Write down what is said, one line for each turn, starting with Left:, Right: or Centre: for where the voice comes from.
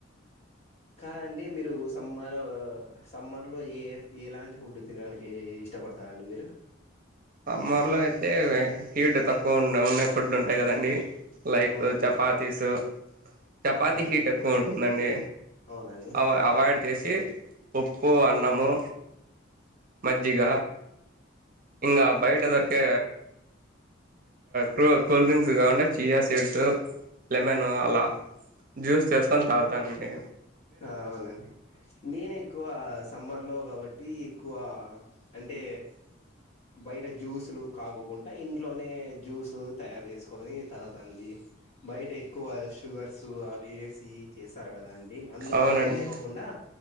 Left: కాదండి మీరు సమ్మర్ సమ్మర్లో ఏ ఏలాంటి ఫుడ్ తినడానికి ఇష్టపడతారండి మీరు.
Right: అమ్మర్లో అయితే హీట్ తక్కువ ఉన్న ఉన్నే ఫుడ్ ఉంటాయి కదండి లైక్
Left: అవునండి
Right: చపాతీసు చపాతీ
Left: అవునండి
Right: హీట్ ఎక్కువ ఉంటుందండి
Left: అవునండి
Right: అవా అవాయిడ్ చేసి, పొప్పు అన్నము మజ్జిగ ఇంగా బయట దర్ కా కూల్ కూల్ డ్రింక్స్ ఇగా ఉండాయ్ చియా సీడ్స్ లెమన్ అలా జ్యూస్ చేసుకొని తాగ్ తానండి
Left: ఆ అవునండి నేను ఎక్కువ సమ్మర్ లో కాబట్టి ఎక్కువ అంటే బయట జ్యూస్లు కాకోకుండా ఇంట్లోనే జ్యూస్లు తయారు చేసుకొని తాగుతండి. బయట ఎక్కువ షుగర్స్ అవి ఏసి చేస్తారు కదాంన్ అండి అందుకు
Right: అవునండి
Left: అట్లా లేకోకుండా